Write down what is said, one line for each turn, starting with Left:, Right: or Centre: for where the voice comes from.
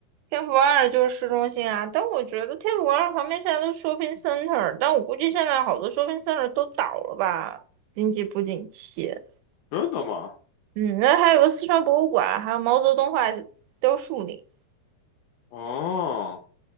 Right: 天府二就是市中心啊。但我觉得天府广场旁边现在都是 shopping center，但我估计现在好多 shopping center 都倒了吧，经济不景气。
Left: 真的吗？
Right: 嗯，那还有个四川博物馆，还有毛泽东画雕塑呢。
Left: 哦，